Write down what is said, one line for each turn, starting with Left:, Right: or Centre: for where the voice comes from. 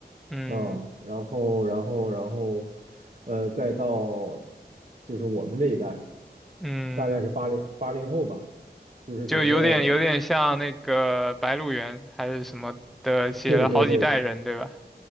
Centre: 嗯
Right: 啊。然后，然后，然后，呃，再到就是我们这一代，
Centre: 嗯，
Right: 大概是八零八零后吧，就是整个，
Centre: 就有点有点像那个《白鹿原》还是什么的，写了好几代人，
Right: 对对对，
Centre: 对吧？